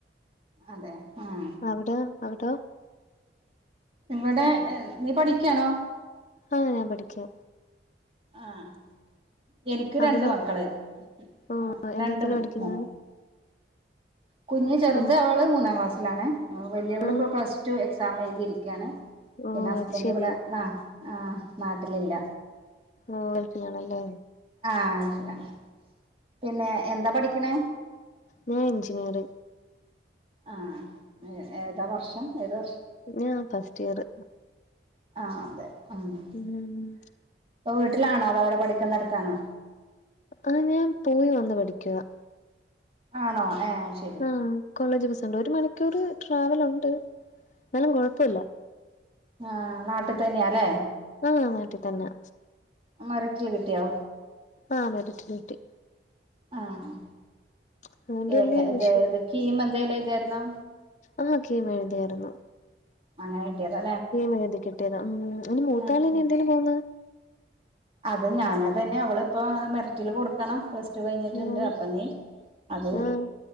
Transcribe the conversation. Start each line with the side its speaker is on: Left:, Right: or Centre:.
Right: അതെ ഉം
Left: അവിട അവിടോ
Right: ഇവടെ നീ പഠിയ്ക്കയാണോ?
Left: ആഹ് ഞാൻ പഠിയ്ക്കുവാ
Right: ആഹ. എനിക്ക് രണ്ട്
Left: അവിടോ
Right: മക്കള്
Left: ഓ
Right: ആഹ്
Left: എന്തോത്തിനാ
Right: രണ്ടും
Left: പഠിക്കുന്നെ
Right: മോന് കുഞ്ഞ് ചെറുത്
Left: എന്ത്
Right: അവള് മൂന്നാം ക്ലാസ്സിലാണേ. വലിയവളിപ്പം
Left: ആ
Right: പ്ലസ് ടു എക്സാം എഴുതിയിരിയ്ക്കയാണ്.
Left: ഓ
Right: പിന്നസ്ബന്റിവിടെ
Left: അത് ശെരി
Right: നാ ആ നാട്ടിലില്ല.
Left: ആ ഗൾഫിലിണല്ലേ?
Right: ആഹ് അരിഫലാണ് പിന്നെ എന്താ പഠിക്കണ
Left: ഞാനെഞ്ചിനീയറ്.
Right: ആഹ് ഏതാ വർഷം ഏത് വർഷ്
Left: ഞാ ഫസ്റ്റീയറ്
Right: ആഹ് അതെ ഉം ഇപ്പൊ
Left: ഉം
Right: വീട്ടിലാണോ അത അവിടെ പഠിക്കുന്നിടുത്താണോ
Left: ആഹ് ഞാൻ പോയി വന്ന് പഠിക്കുവാ
Right: ആണോ ഏഹ്
Left: ആഹ് കോളേജ് ബസ്സുണ്ട് ഒരു മണിക്കൂറ് ട്രാവലുണ്ട് എന്നാലും കൊഴപ്പല്ല.
Right: ആ നാട്ടിതന്നെയാ ല്ലേ.
Left: ആഹ് നാട്ടീ തന്നെ
Right: മെറീട്ടില് കിട്ടിയോ?
Left: ആ മെറിറ്റിലു കിട്ടി.
Right: ആഹ്
Left: അതുകൊണ്ട്
Right: എങ്ങ
Left: വലിയ
Right: ഇത
Left: വിഷയമില്ല
Right: ഇത് കീമ എന്തേലു എഴുതായിരുന്നോ
Left: ആഹ് കീം എഴുതിയാരുന്നു
Right: അങ്ങനെകിട്ടിയതാ.
Left: മേടികേട്ടെ ണം ഉം അൻ്റെ മൂത്താള്
Right: ഉം
Left: ഇനി എന്തേലും പോന്ന്.
Right: അത്ഞാനാ തന്നെ അവളിപ്പം മെറിറ്റില് കൊടുക്കണം കഴിഞ്ഞിട്ട്ണ്ട്
Left: ഉം
Right: അപ്പൊ ഞീ അത്
Left: ആഹ്